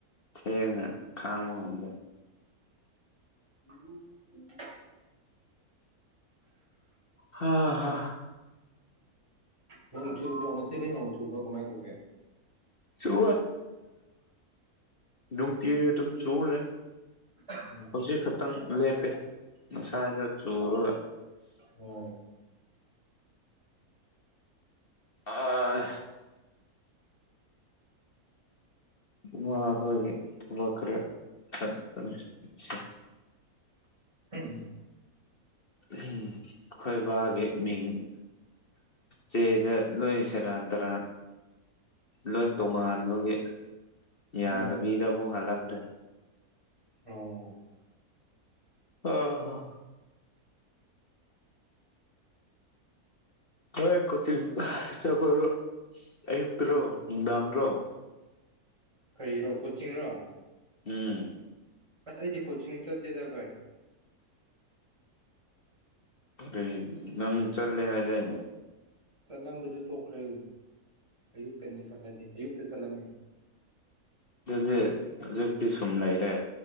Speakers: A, on the left; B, on the right.
A: ꯊꯦꯡꯅ ꯈꯥꯡꯕ ꯉꯝꯗ
B: ꯎ <unintelligible> ꯎ ꯎꯝꯝ <unintelligible>
A: ꯍꯥ ꯍꯥ
B: ꯅꯣꯡ ꯆꯨꯕ꯭ꯔꯣ ꯉꯁꯤꯗꯤ ꯅꯣꯡ ꯆꯨꯕ꯭ꯔꯣ ꯀꯃꯥꯏꯅ ꯇꯧꯒꯦ
A: ꯆ ꯅꯨꯡꯇ ꯇ ꯆꯅꯦ
B: <unintelligible>
A: ꯍꯧꯖꯤꯛ ꯈꯛꯇꯪ ꯂꯦꯞꯄꯦ ꯉꯁꯥꯏꯗ ꯆꯨꯔꯒ
B: ꯑꯣ
A: ꯑꯥ ꯎ ꯍꯦ ꯊꯕ ꯀꯔꯦ ꯆ <unintelligible>
B: ꯍ <unintelligible>
A: ꯎꯝ ꯈꯣꯏꯕꯥꯒꯤ ꯃꯤꯡ ꯆꯗ ꯂꯣꯏꯅꯤ ꯆꯔ ꯇꯔ ꯂꯣꯏ ꯇꯣꯉꯥꯟꯕꯒꯤ
B: ꯎꯝ
A: ꯌꯥꯗꯕꯤꯗ ꯑꯃꯨꯛ ꯍꯜꯂꯛꯈ꯭ꯔꯦ
B: ꯑꯣ
A: ꯑ ꯍꯣꯏ ꯀꯣꯆꯤꯡ ꯆꯠꯄꯔꯣ ꯑꯌꯨꯛꯇꯔꯣ ꯅꯨꯡꯗꯥꯡꯔꯣ
B: ꯀꯩꯔꯣ ꯀꯣꯆꯤꯡꯔꯣ
A: ꯎꯝ
B: ꯑꯁ ꯑꯩꯗꯤ ꯀꯣꯆꯤꯡ ꯆꯠꯇꯦꯗ ꯚꯥꯏ
A: ꯀ ꯅꯪ ꯆꯠꯂꯦ ꯍꯥꯏꯗꯥꯏꯅꯦ
B: ꯆꯠꯂꯝꯕꯗꯨ ꯇꯣꯛꯈ꯭ꯔꯦ ꯑꯌꯨꯛꯇ ꯅꯨꯡ ꯆꯠꯂꯗꯤ ꯑꯌꯨꯛꯇ ꯆꯠꯂꯝꯃꯦ
A: ꯑꯗꯨꯗꯤ ꯍꯧꯖꯤꯛꯇꯤ ꯁꯨꯝ ꯂꯩꯔꯦ